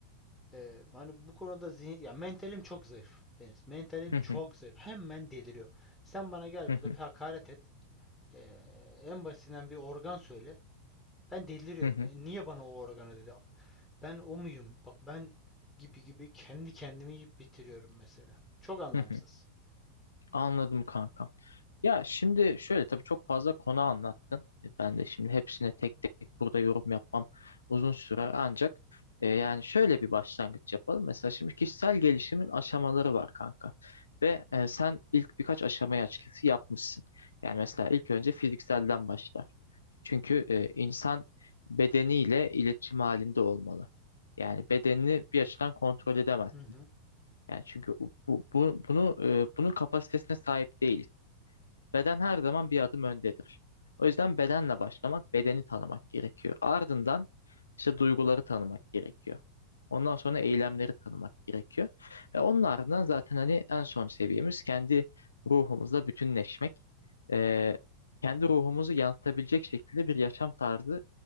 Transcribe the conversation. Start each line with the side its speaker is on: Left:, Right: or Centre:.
Centre: Ee, hani bu konuda zihin, ya mentalim çok zayıf Deniz. Mentalim
Left: hı
Centre: çok
Left: hı,
Centre: zayıf. Hemen deliriyorum. Sen bana gel
Left: hı
Centre: burada
Left: hı,
Centre: bir hakaret et. Ee, en basitinden bir organ söyle. Ben deliriyorum.
Left: hı hı,
Centre: E, niye bana o organı dedi? Ben o muyum? Bak ben gibi gibi kendi kendimi yiyip bitiriyorum mesela. Çok anlamsız.
Left: hı hı. Anladım kankam. Ya şimdi şöyle tabii çok fazla konu anlattın. E, Ben de şimdi hepsine tek tek burada yorum yapmam uzun sürer ancak e, yani şöyle bir başlangıç yapalım. Mesela şimdi kişisel gelişimin aşamaları var kanka. Ve e, sen ilk birkaç aşamayı açıkçası yapmışsın. Yani mesela ilk önce fizikselden başlar. Çünkü e, insan bedeniyle iletişim halinde olmalı. Yani bedenini bir açıdan kontrol edemez.
Centre: Hı hı.
Left: Yani çünkü bu, bu bunu e, bunun kapasitesine sahip değiliz. Beden her zaman bir adım öndedir. O yüzden bedenle başlamak, bedeni tanımak gerekiyor. Ardından işte duyguları tanımak gerekiyor. Ondan sonra eylemleri tanımak gerekiyor. Ve onun ardından zaten hani en son seviyemiz kendi ruhumuzla bütünleşmek. Ee, kendi ruhumuzu yansıtabilecek şekilde bir yaşam tarzı